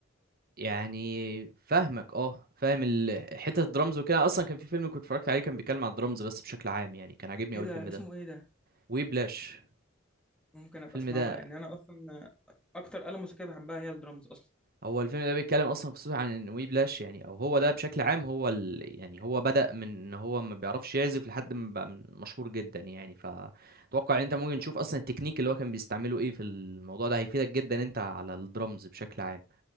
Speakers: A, on the right; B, in the centre.
A: يعني فاهمك اه فاهم ال- حته الدرامز وكده اصلا كان في فيلم كنت اتفرجت عليه كان بيتكلم عن الدرامز بس بشكل عام يعني كان عاجبني
B: ايه
A: اول
B: ده
A: الفيلم
B: اسمه
A: ده
B: ايه ده
A: وبلاش
B: ممكن ابقى
A: الفيلم
B: اسمعه
A: ده
B: لان انا اصلا اكتر آلة موسيقيه بحبها هي الدرامز اصلا
A: هو الفيلم ده بيتكلم اصلا قصته عن ان وي بلاش يعني او هو ده بشكل عام هو ال... يعني هو بدأ من ان هو ما بيعرفش يعزف لحد ما بقى من- مشهور جدا يعني فتوقع ان انت ممكن تشوف اصلا التكنيك اللي هو كان بيستعمله ايه في الموضوع ده هيفيدك جدا انت على الدرمز بشكل عام